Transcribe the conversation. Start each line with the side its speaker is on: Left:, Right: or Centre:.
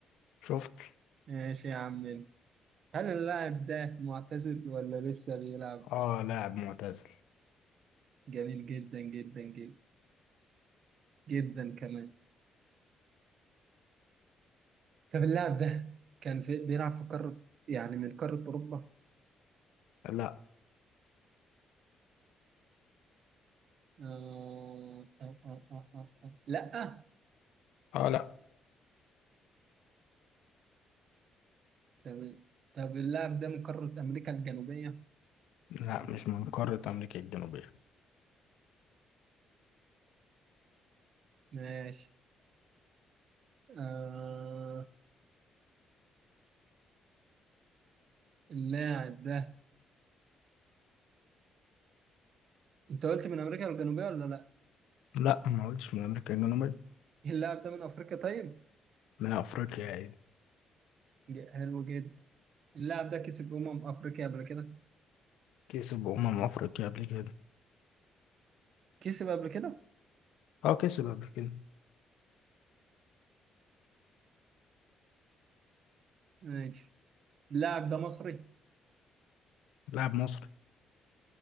Left: شفت
Right: ماشي يا عم هل اللاعب ده معتزل ولا لسه بيلعب
Left: اه لاعب معتزل
Right: جميل جدا جدا جدا جدا كمان طب اللاعب ده كان في بيلعب في قارة يعني من قارة أوروبا
Left: لا
Right: آه آه آه آه آه. آه. لا
Left: اه لا
Right: تمام طب اللاعب ده من قارة أمريكا الجنوبية
Left: لا مش من قارة أمريكا الجنوبية
Right: ماشي آه اللاعب ده أنت قلت من أمريكا الجنوبية ولا لأ؟
Left: لا ما قلتش من أمريكا الجنوبية
Right: اللاعب ده من أفريقيا طيب؟
Left: من أفريقيا عادي
Right: ج- حلو جدا اللاعب ده كسب أمم أفريقيا قبل كده؟
Left: كسب أمم أفريقيا قبل كده
Right: كسب قبل كده؟
Left: اه كسب قبل كده
Right: ماشي اللاعب ده مصري؟
Left: لاعب مصري